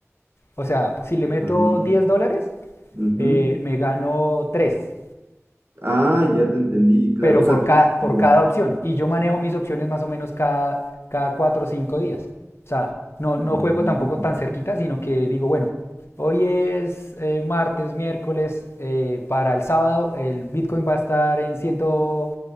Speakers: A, on the left; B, on the right.
A: O sea, si le meto
B: Ah,
A: 10 dólares,
B: ujú.
A: eh, me gano tres
B: Ah, ya te entendí, claro.
A: pero
B: O sea,
A: por
B: tú.
A: cada, por
B: Ya.
A: cada opción. Y yo manejo mis opciones más o menos cada, cada cuatro o cinco días. O sea, no, no
B: Mm,
A: juego tampoco tan cerquita, sino que digo, bueno, hoy es eh, martes, miércoles, eh, para el sábado el Bitcoin va a estar en ciento